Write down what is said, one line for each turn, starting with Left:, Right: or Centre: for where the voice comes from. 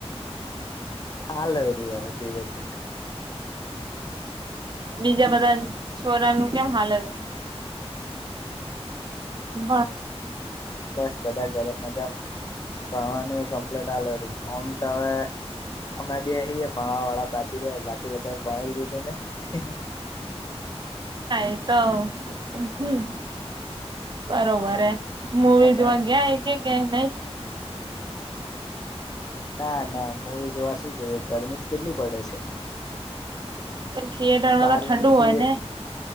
Left: હા લવ રુવા ધીરે ધીરે
Right: બીજા બધા છોરાનું કેમ હાલનુંું બ
Left: બસ બધા ઘરે મજા ભણવાનું કમ્પ્લીટ ચાલે ઓમ તો હવે અમે બી ભણવા વાળા બાકી રહે બાકી બધા ભણી લીધું નહી
Right: એ તો હમ બરોબર મુવી
Left: અને
Right: જોવા ગયા હ કે નહી
Left: ના ના મૂવી જોવા શું જઈએ ગરમી જ કેટલી પડે છે
Right: થિયેટરમાં
Left: બહાર
Right: તો ઠંડુ
Left: નીકળીએ
Right: હોય ને